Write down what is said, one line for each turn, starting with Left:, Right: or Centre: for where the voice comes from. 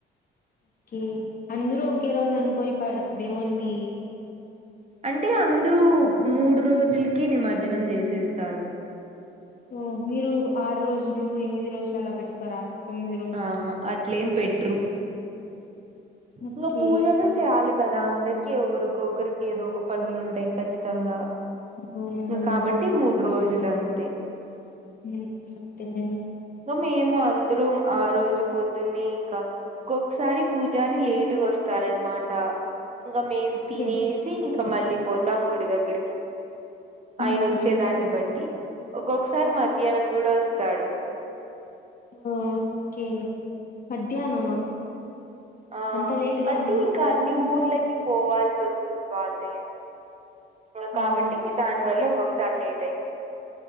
Left: ఓకే అందరూ ఒకే రోజు అనుకోని పోయి దేవునీ
Right: అంటే అందరూ మూడు రోజులకే నిమజ్జనం చేసేస్తారు
Left: ఓ మీరు ఆరు రోజులు ఎనిమిది రోజులు అలా పెట్టుకోరా తొమ్మిది రోజులు
Right: ఆహా అట్లేం పెట్రు
Left: ఓకే
Right: ఇంగా పూజలు చేయాలి కదా అందరికి ఒరుఒక్కొక్కరికి ఏదో ఒక పనులు ఉంటాయి ఖచ్చితంగా
Left: అవును
Right: ఇంగా కాబట్టి
Left: నిజం
Right: మూడు రోజులు అంతే
Left: హు అంతే నేనా
Right: మీము అందరం ఆ రోజు పొద్దున్నే ఇంకా గోక్కసారి పూజారి లేటుగా వస్తారనమాట ఇంకా మేం
Left: ఓకే
Right: తినేసి ఇంకా మళ్ళీ పోత్ తంగుడి దగ్గరికి ఆయన
Left: ఉహు
Right: వచ్చే దాన్ని బట్టి ఒక్కొక్కసారి మధ్యాహ్నం కూడా వస్తాడు
Left: ఓకే మధ్యాహ్నమా
Right: ఆ
Left: అంత లేటుగానా
Right: అంటే ఇంకా అన్ని ఊర్లకి పోవాల్సొస్తుంది వాళ్ళే ఇంకా కాబట్టి
Left: ఓకే
Right: దానివల్ల ఒక్కొక్కసారి లేట్ అయింది.